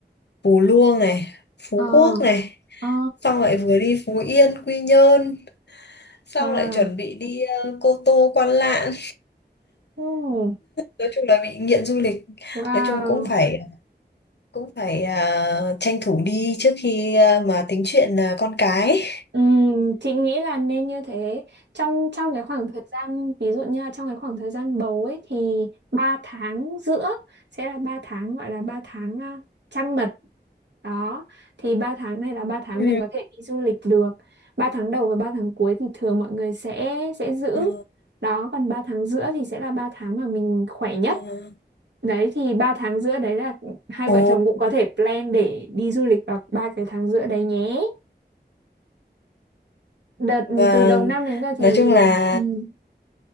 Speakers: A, on the left; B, on the right.
A: Phú Luông này, Phú
B: Ờ,
A: Quốc này,
B: ờ,
A: xong lại vừa đi Phú Yên, Quy Nhơn, xong
B: wow,
A: lại chuẩn bị đi ờ, Cô Tô, Quan Lạn.
B: oh,
A: Nói chung là bị nghiện du lịch,
B: wow.
A: nói chung cũng phải cũng phải à, tranh thủ đi trước khi à, mà tính chuyện à, con cái
B: Ừm, chị nghĩ là nên như thế. Trong trong cái khoảng thời gian, ví dụ như là trong cái khoảng thời gian bầu ấy thì 3 tháng giữa sẽ là 3 tháng gọi là 3 tháng à, trăng mật. Đó, thì 3 tháng này là 3 tháng
A: Ừ.
B: mình có thể đi du lịch được. 3 tháng đầu và ba tháng cuối thì thường mọi người sẽ sẽ giữ.
A: Ờ,
B: Đó, còn 3 tháng giữa thì sẽ là 3 tháng mà mình khỏe nhất
A: ờ.
B: Đấy thì 3 tháng giữa đấy là hai
A: Ồ,
B: vợ chồng cũng có thể plan để đi du lịch vào ba cái tháng giữa đấy nhé. Đợt
A: vâng.
B: từ đầu năm đến giờ thì
A: Nói chung là
B: ừ.